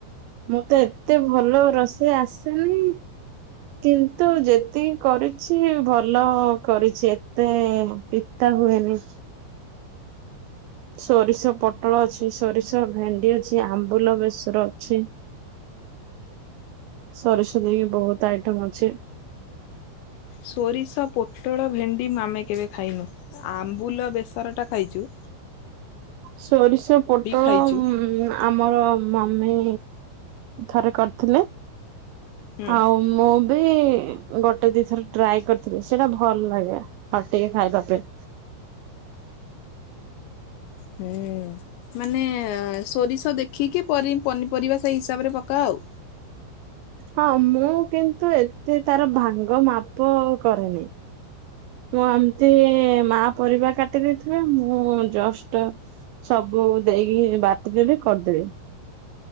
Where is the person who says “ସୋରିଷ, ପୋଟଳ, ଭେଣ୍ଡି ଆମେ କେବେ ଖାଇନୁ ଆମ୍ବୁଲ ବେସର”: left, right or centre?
Left